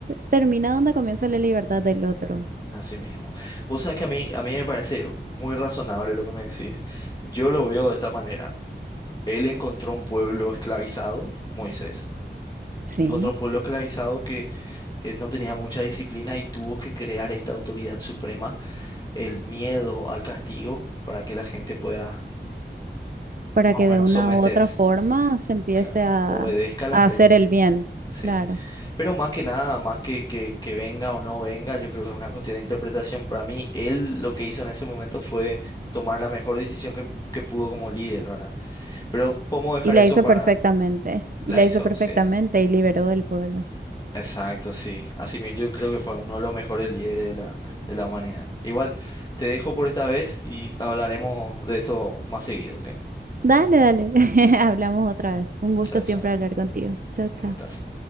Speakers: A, on the right; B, on the left.
A: termina donde comienza la libertad del otro.
B: Así mismo. Vos sabés que a mí, a mí me parece muy razonable lo que me decís. Yo lo veo de esta manera. Él encontró un pueblo esclavizado, Moisés.
A: Sí.
B: Encontró un pueblo esclavizado que eh, no tenía mucha disciplina y tuvo que crear esta autoridad suprema, el miedo al castigo, para que la gente pueda
A: para
B: más
A: que
B: o menos
A: de una
B: someterse.
A: u otra forma se empiece
B: Claro.
A: a,
B: Obedezca las
A: a
B: leyes.
A: hacer el bien,
B: Sí.
A: claro.
B: Pero más que nada, más que, que, que venga o no venga, yo creo que es una cuestión de interpretación. Para mí, él lo que hizo en ese momento fue tomar la mejor decisión que, que pudo como líder, ¿verdad? Pero podemos dejar
A: Y la
B: eso
A: hizo
B: para...
A: perfectamente,
B: La
A: y la
B: hizo,
A: hizo perfectamente
B: sí.
A: y liberó el pueblo.
B: Exacto, sí. Así mismo, yo creo que fue uno de los mejores líderes de la, de la humanidad. Igual, te dejo por esta vez y hablaremos de esto más seguido, ¿ok?
A: Dale, dale, <laughs> hablamos otra vez. Un gusto
B: Chao, chao.
A: siempre hablar contigo. Chao, chao.
B: Un gustazo.